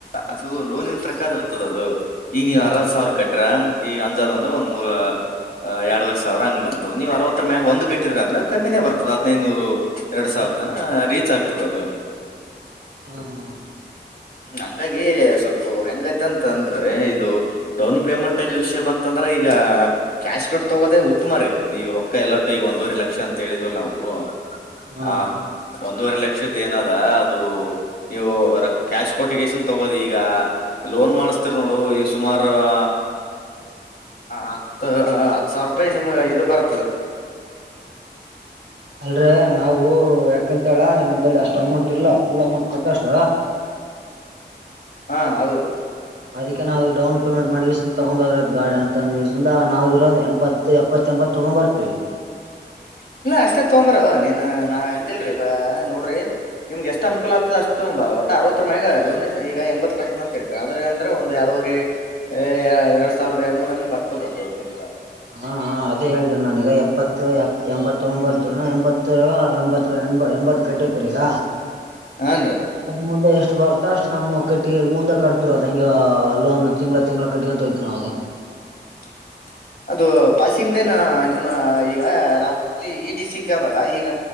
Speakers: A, on the left; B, on the right.
A: ಅದು ಲೋನಿನ್ ಪ್ರಕಾರ ಇರ್ತದ್ ಅದು, ಈಗ ನೀನ್
B: ಹ್ಮ್
A: ಅರವತ್ ಸಾವಿರ ಕಟ್ ಬಿಟ್ರ ಈಗ್ ಅಂದಜ್ ಅಂದ್ರ ಒಂದ್ ಮೂರ್ ಆ ಎರಡುವರ್ ಸಾವಿರ ಹಂಗ ಬರ್ತದ ನೀವ್ ಅವತ್ತರ್ ಮ್ಯಾಗ ಒಂದ್ ಕಟ್ಟಿದ್ರ ಅಂದ್ರ ಕಮ್ಮಿನೇ ಬರ್ತದ. ಹದಿನೈನೂರು ಎರಡ್ ಸಾವಿರ
B: ಹ್ಮ್
A: ತನ ರೀಚ್ ಆಗ್ತದ ಅದು.
B: ಹ್ಮ ಹಾ.
A: ಹ್ಮ್ ಹಂಗಾಗಿ ಸ್ವಲ್ಪ ಹೆಂಗೈತಂದ್ರ ಅಂದ್ರೆ ಇದು ಡೌನ್ ಪೇಮೆಂಟ್ ಅಲ್ಲಿ ವಿಷಯ ಬಂತಂದ್ ಅಂದ್ರೆ ಈಗ ಕ್ಯಾಶ್ ಕತ್ತಾ ಹೋಗೋದೇ ಉತ್ತಮ ರೀ ಈ ರೊಕ್ಕ ಎಲ್ಲೋಟಿಗೆ ಈಗ ಒಂದೂವರೆ ಲಕ್ಷ ಅಂತ ಹೇಳಿದ್ವಲ್ ನಾವು. ಹ
B: ಹ್ಮ್
A: ಹ ಒಂದೂವರೆ ಲಕ್ಷದ್ ಏನ್ ಅದ ಅದು ನೀವು ಕ್ಯಾಶ್ ಕೊಟ್ಟಿಗೇಶನ್ ತಗೋರಿ ಈಗ ಲೋನ್ ಮಾಡಿಸ್ತೀರಿ ನೋಡ್ ಓ ಈ ಸುಮಾರ್ ಹ ಹತ್ತು ಹತ್ ಸಾವಿರೂಪಾಯ್ ನಿಮ್ಗೆ ಇದ್ ಬರ್ತದ.
B: ಅಲ್ರೆ ನಾವು ಯಾಕಂತೇಳ ನಮ್ ಬಳಿ ಅಷ್ಟ ಅಮೌಂಟ್ ಇಲ್ಲ ಫುಲ್ ಅಮೌಂಟ್ ಕಟ್ಟಷ್ಟ.
A: ಹಾ ಹೌದು.
B: ಅದಕ್ಕೆ ನಾವ್ ಡೌನ್ ಪೇಮೆಂಟ್ ಮಾಡ್ ಗಾಸಿ ತಗೊಂಡ್ ಹೋದ್ರಾಯ್ತು ಗಾಡ್ ಅಂತಂದ್ ಕಾಸಿಂದ ನಾವಿರೋದ್ ಎಂಬಾತ್ ಎಪ್ಪತ್ ತಗೊಂಡ್ಬರ್ತಿವಿ.
A: <unintelligible> ಇಲ್ಲ ಅಷ್ಟೇ ತಗೊಂಬರೋ ನೀನ್ ನಾ ಅಂದಿಲ್ರಿ ಬ ನೋಡ್ರಿ ನಿಮ್ಗ್ ಎಷ್ಟ್ ಅನುಕೂಲ ಆಗ್ತದ ಅಷ್ಟು ಒಟ್ಟ ಅರವತ್ತರ ಮ್ಯಾಗ ಡೊನೇಷನ್ ಈಗ ಎಂಬತ್ ಕಟ್ಟೀನ್ ಅಂತ್ ಹೇಳ್ತಾರ ಅದ್ರ ಅಂದ್ರೆ ಒಂದ್ ಎರಡುವರಿ ಎ ಎರಡ್ ಸಾವಿರದ್ ಎರಡ್ ನೂರ್ ಹಂಗ್ ಬರ್ತದ ಅದು ತಿಂಗ್ಲ.
B: ಹಾ ಅದೇ ಹೇಳಿದ್ರಿ ನಾನೀಗ ಎಪ್ಪತ್ತು ಎ ಎಂಬತ್ತು ತಗೊಂಡ್ ಒಂಬರ್ತ್ ಎಂಬತ್ತು ಎಲ್ ಎಂಬತ್ರು ಎ ಎಂಬತ್ ಕಟ್ಟೈತ್ರಿ ಈಗ
A: ಹಾನ್ರಿ
B: ಅದ್ ಮುಂದ ಎಷ್ಟ್ ಎಷ್ಟ್ ಬರ್ತ ಅಷ್ಟು ನಮ್ ಕಟ್ಟಿಗೆಗ್ ಮುಂದ ಕತ್ತಿರೋದ್ ಹಂಗೋ ಲೋನ್ ತಿಂಗ್ಲ ತಿಂಗ್ಲ ಕಟ್ತಾಖ್ಯಾತ್ ಹೋಗ್ತಿವ್ ನಾವ್ ಅದು.
A: <unintelligible> ಪಾಸಿಂಗ್ ದೇನ ನಿಮ್ಮ ಈ ಈಗ ನಾವು ಇಲ್ಲಿ ಈ ಡಿಸ್ಟಿಕ್ ಅದಲ್ಲ ಈಗ